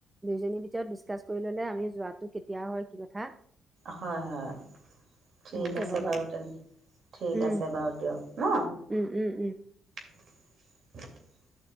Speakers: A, on the right; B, on the right.
A: দুইজনীৰ ভিতৰত ডিচকাছ কৰি ললে আমি যোৱাটো কেতিয়া হয় কি কথা।
B: হয় হয় ঠিক
A: হৈ যাব
B: আছে বাৰু তেনে ঠিক
A: উম
B: আছে বাৰু দিয়ক ন
A: উম উম উম
B: <unintelligible>